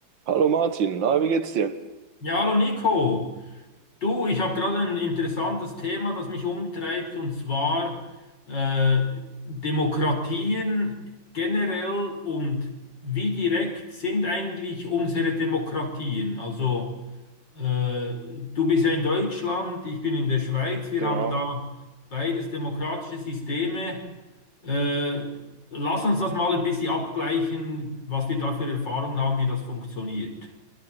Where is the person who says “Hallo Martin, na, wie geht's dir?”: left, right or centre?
Right